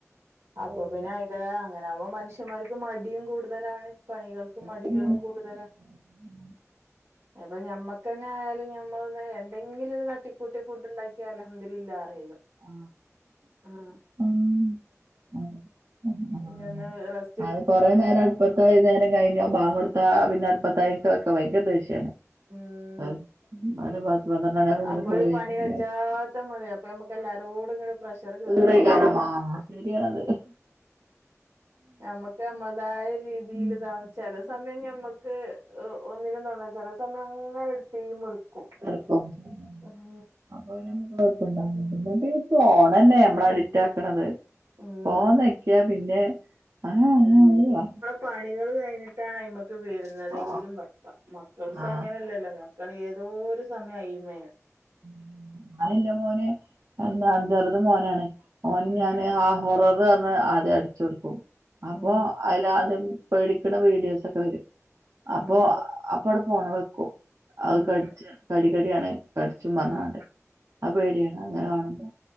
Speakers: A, on the right (about 80°); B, on the right (about 65°).
A: അപ്പൊ
B: ഓള്
A: പിന്നെ അയ്യ്ന്റെതായ അങ്ങനാകുമ്പോ മനുഷ്യന്മാർക്ക് മടിയും കൂടുതലാണ് പണികൾക്കും മടികളും
B: ശരിയാണ്
A: കൂടുതല
B: <inaudible>
A: അപ്പൊ ഞമ്മക്ക് തന്നെ ആയാലും മ്മള് എന്തെങ്കിലും ഒരു തട്ടിക്കൂട്ടി ഫുഡ് ഉണ്ടാക്കിയ അൽഹംദുലില്ലാപറയാലോ
B: ആ
A: ആഹ്
B: ഉം അതെ. അതന്നെ.
A: ഇജ് എന്താ റസ്റ്റ്‌
B: അത് കുറേ നേരം അടുപ്പത്തായി നേരം കഴിഞ്ഞോ ബാങ്ങ് കൊടുത്ത പിന്നെ അടുപ്പത്തായിക്ക ഒക്കെ ഭയങ്കര ദേഷ്യയാണ്
A: ഉം
B: ആഹ് ആരു പത്രണ്ടാണിയാപ്പോത്തിന്
A: അപ്പൊ
B: കുളിയിഞ്ഞട്ട്
A: ഒരു പണി കജാത്ത മതി അപ്പൊ നമ്മക്ക് എല്ലാരോടും ഇങ്ങട് പ്രഷർ കേറും
B: <unintelligible>
A: ചെയ്യും
B: ശരിയണത്
A: മ്മക്ക് നമ്മതായ രീതിൽതാ
B: ഉം
A: ചില സമയം ഞമ്മക്ക് ഒന്നിലന്നണ്ട ചില സമയം അങ്ങനെ എടുത്തേൽമേൽ എടുക്കും
B: <unintelligible>
A: ഓഹ്.
B: അപ്പൊ പിന്നെ മ്മക്ക്കൊഴപ്പണ്ടായിനില പിന്നപ്പൊ ഈ ഫോണല്ലെ ഞമ്മളെ അഡിക്റ്റാക്കണത്.
A: ഉം
B: ഫോൺ നെക്കിയാ പിന്നെ. <inaudible>
A: പണികള് കഴിഞ്ഞിട്ടാണ് അയ്‌മക്ക് വരുന്നതെങ്കിലും
B: ആ
A: വെക്കാ മക്കൾസ്
B: ആ ആ
A: അങ്ങനെല്ലല്ലോ മക്ക ക്കള് ഏതോരു സമയോ അയ്മേണ്.
B: <inaudible> ളിന്റെ മോന് എന്താ ചെറുതും മോനാണ് ഓന്
A: ഉം
B: ഞാന് ആ ഹൊററ് റഞ്ഞെ ആദ്യം അടിച്ചൊടുക്കും അപ്പൊ
A: ഉം
B: അതിലാദ്യം. പേടിക്ക്ണ വീഡിയോസ് ഒക്കെ വരും അപ്പൊ
A: ഉം
B: അ അപ്പവ്ടെ ഫോണ് വെക്കും. അത്
A: ഉം
B: കടിച്ചും കടി കടിയാണ് കടിച്ചും പറഞ്ഞ്ങ്ങാണ്ട്.
A: ഉം
B: ആഹ് പേടിയാണ് അങ്ങനെ കാണുമ്പോ